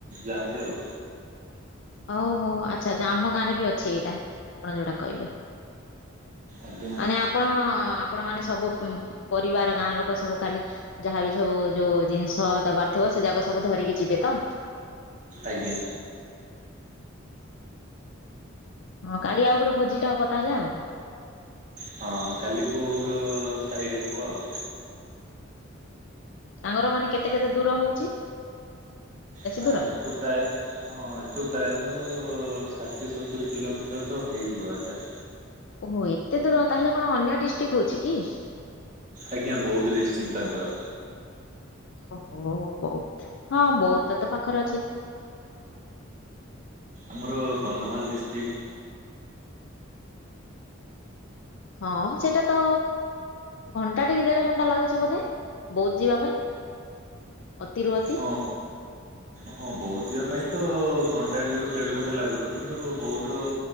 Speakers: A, on the right; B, on the left.
A: ଯାଆନ୍ତି ଆଉ।
B: ଅହୋ ଆଚ୍ଛା ଆଚ୍ଛା ଆମ ଗାଁରେ ବି ଅଛି ଏଇଟା ଆପଣ ଯୋଉଟା କହିଲେ।
A: ଆଜ୍ଞା
B: ମାନେ ଆପଣ ଆପଣ ମାନେ ସବୁ ଉଁ ପରିବାର ଗାଁ ଲୋକ ସବୁ କାଲି ଯାହା ବିି ସବୁ ଯୋଉ ଜିନିଷ ଦବାର ଥିବ ସେ ଯାକ ସବୁ ଧରିକି ଯିବେ ତ
A: ଆଜ୍ଞା।
B: କାଲି ଆଉ ଗୋଟେ ଭୋଜି ଟା ହବ ତାହେଲେ ଆଉ
A: ହଁ କାଲି ପୁଅ ଘର ସାଇଡ୍ ହବ ଆଉ।
B: ତାଙ୍କର ମାନେ କେତେ କେତେ ଦୂର ହଉଛି? ବେଶୀ
A: ହଁ
B: ଦୂର
A: ଏଠୁ ପ୍ରାୟେ ହଁ ଏଠୁ ପ୍ରାୟତଃ ଷାଠିଏ ସତୁରି କିଲୋମିଟର ତ ହେଇଯିବା କଥା।
B: ଓହୋ ଏତେ ଦୂର ତାହେଲେ କଣ ଅନ୍ୟ ଡିଷ୍ଟ୍ରିକ୍ ହଉଚି କି?
A: ଆଜ୍ଞା ବଉଦ୍ ଡିଷ୍ଟିକ୍ ତାଙ୍କର।
B: ଓହୋ ବଉଦ୍
A: ଆମର କନ୍ଧମାଳ ଡିଷ୍ଟ୍ରିକ୍।
B: ହଁ ସେଇଟାତ ଘଣ୍ଟା ଟି କି ଦେଢ ଘଣ୍ଟା ଲାଗୁଚି ବୋଧେ ବଉଦ୍ ଯିବା ପାଇଁ ଅତିରୁୁ ଅତି
A: ହଁ ହଁ ବଉଦ୍ ଯିବା ପାଇଁ ତ ଘଣ୍ଟା ଟି ରୁ ଦେଢ ଘଣ୍ଟା ଲାଗୁଥିବ କିନ୍ତୁ ବଉଦ୍ ର